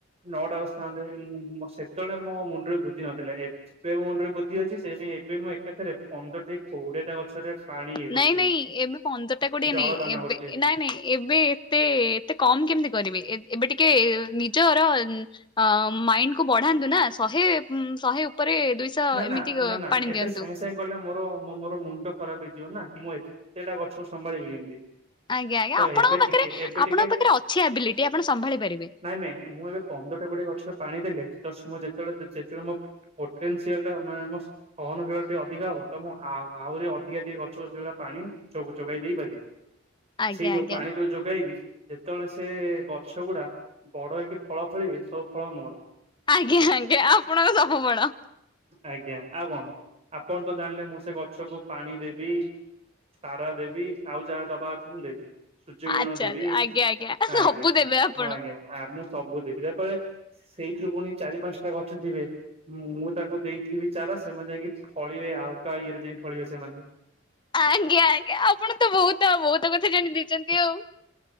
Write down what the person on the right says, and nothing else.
ନଅଟା ଗଛ ଥାନ୍ତେ ମୁଁ ସେତେବେଳେ ମୋ ମୁଣ୍ଡରେ ବୁଦ୍ଧି ନଥିଲା ଏବେ ମୋ ମୁଣ୍ଡରେ ବୁଦ୍ଧି ଅଛି ସେଥିପାଇଁ ଏବେ ମୁଁ ଏକାଥରେ ପନ୍ଦରଟା କି କୋଡିଏଟା ଗଛରେ ପାଣି ଇଏ କରୁଛି
ମୁଁ
ଜଳ
ଦାନ
କରୁଛି
ନା-ନା-ନା-ନା
ଏବେ
ସାଙ୍ଗେ ସାଙ୍ଗେ କଲେ ମୋର ମୋର ମୁଣ୍ଡ ଖରାପ ହେଇ ଯିବ ନା ମୁଁ ଏତେଟା ଗଛ ସମ୍ଭାଳିବି କେମିତି?
ତ
ଏବେ
ଟିକେ ଏବେ
ଟିକେ
ନାଇଁ ନାଇଁ ମୁଁ ଏବେ ପନ୍ଦରଟା କୋଡିଏଟା ଗଛରେ ପାଣି ଦେଲେ ତ ସେ ମୁଁ ଯେତବେଳେ ଯେତେବେଳ <unintelligible> ସିଏ ଏକା ମାନେ ମୋ ସହନଶୀଳ ଟିକେ ଅଧିକା ହବ, ତ ମୁଁ ଆଉ ଆହୁରି ଅଧିକା ଟିକେ ଗଛ ସେଗୁରା ପାଣି ସବୁ ଯୋଗାଇ ଦେଇ ପାରିବି,
ସେଇ ଯୋଉ
ପାଣି ଯୋଉ ଯୋଗେଇବି ଯେତେବେଳେ ସେ ସେ ଗଛ ଗୁଡା ବଡ ହେଇକି ଫଳ ଫଳିବେ ସବୁ ଫଳ ମୋର।
ଆଜ୍ଞା ଆଉ କଣମ ଆପଣ ତ ଜାଣିଲେ ମୁଁ ସେ ଗଛକୁ ପାଣି ଦେବି ଚାରା ଦେବି, ଆଉ ଯାହା ଦବା କଥା ମୁଁ ଦେବି। ସୂର୍ଯ୍ୟ କିିରଣ
ଦେବି,
ଆଜ୍ଞା
ଆଞା ଆ ମୁଁ ସବୁ ଦେବି, ତାପରେ ସେଇଥିରୁ ପୁଣି ଚାରି ପାଞ୍ଚଟା ଗଛଥିବେ, ମୁଁ ତାଙ୍କୁ ଦେଇଥିବି ଚାରା ସେମାନେ ଯାଇକି ଫଳିବେ ଆଉ କାହା ଇଏରେ ଯାଇ ଫଳିବେ ସେମାନେ।